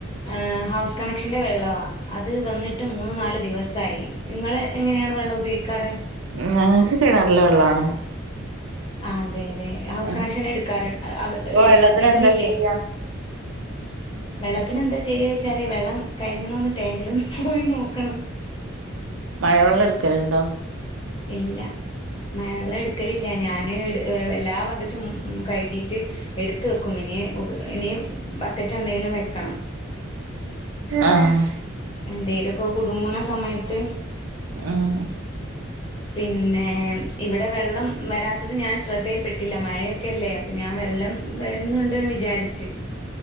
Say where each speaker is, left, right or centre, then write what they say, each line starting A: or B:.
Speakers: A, on the left (about 25°); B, on the right (about 75°).
A: ആ ഹൗസ് കണക് ക്ഷെന്റെ വെള്ളാ അത് വന്ന്ട്ട് മൂന്ന് നാല് ദിവസായി നിങ്ങള് എങ്ങനെയാണ് വെള്ളം ഉപയോഗിക്കാറ്
B: ഞങ്ങക്ക് കിണാറിലെവെള്ളാണ്
A: ആ അതെ അതെലേ ഹൗസ്
B: ഉം
A: കണക്ഷൻ എടുക്കാറ് അവ്
B: ഇപ്പൊ
A: ഈ
B: വെള്ളത്തിന്
A: വീട്ടിലില്ലേ
B: എന്താ ചെയ്യാ
A: വെള്ളത്തിന് എന്താ ചെയ്യായ്ച്ചാല് വെള്ളം കഴിഞ്ഞ്ണൊന്ന് ടാങ്കിലൊന്ന് പോയി നോക്കണം
B: മഴ വെള്ളം എടുക്കലുണ്ടോ
A: ഇല്ല മഴവെള്ളം എടുക്കലില്ല ഞാന് ഇട് ഏ എല്ലാ ബക് റ്റും കഴകീട്ട് എടുത്ത് വെക്കും ഇനി ഉപ് ഇനി ബക്കറ്റ് എന്തെങ്കിലും വെക്കണം
B: ആഹ്
A: എന്തേലോക്കെ കുടുങ്ങുണ സമയത്ത്
B: <unintelligible>
A: പിന്നെ ഇവിടെ വെള്ളം വരാത്തത് ഞാൻ ശ്രദ്ധയിൽ പെട്ടില്ല മഴയൊക്കെല്ലേ അപ്പം ഞാൻ വെള്ളം വരുന്നുണ്ട്ന്ന് വിചാരിച്ച്